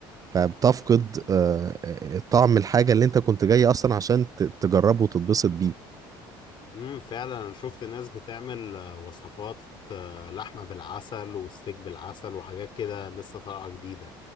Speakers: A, on the right; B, on the left.
A: فبتفقد آه، طعم الحاجة اللي انت كنت جاي اصلا عشان ت- تجربه وتتبسط بيه
B: امم فعلا انا شفت ناس بتعمل آه، وصفات آه، لحمة بالعسل وستيك بالعسل وحاجات كده لسه طالعة جديدة